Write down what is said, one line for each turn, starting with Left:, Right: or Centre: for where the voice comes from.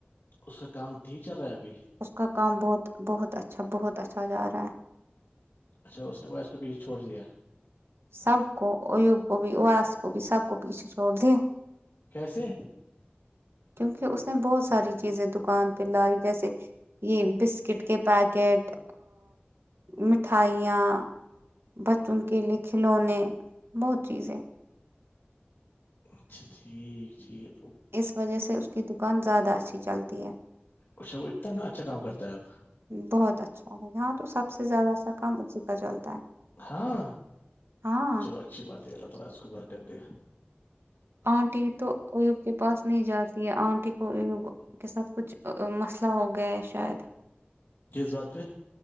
Left: اس کا کام ٹیک چل رہا ہے ابھی
Right: اس کا کام بہت بہت اچھا بہت اچھا جا رہا ہے
Left: اچھا اس نے وہ اویس کو بھی چھوڑ دیا
Right: سب کو ایوب کو بھی اس کو بھی سب کو پیچھ چڑ د
Left: کیسے
Right: کیونکہ اس نے بہت ساری چیزیں دکان پہ لائی جیسے یہ بسکٹ کے پیکٹ مٹھائیاں بچوں کے لیے کھلونے بہت چیزیں
Left: اچھا ٹھیک ٹھیک
Right: اس وجہ سے اس کی دکان زیادہ اچھی چلتی ہے
Left: اچھا وہ اتنا کا اچھا کام کرتا ہے اب
Right: بہت اچھا لگ ہاں تو سب سے زیادہ سا کام اسی کا چلتا ہے
Left: ہاں
Right: ہاں
Left: چلو اللہ تعالی اس کو اچھی برکت دے
Right: انٹی تو ایوب کے پاس نہیں جاتی ہے آنٹی کو ان کے ساتھ کچھ مسئلہ ہو گیا ہے شاید
Left: کس بات پہ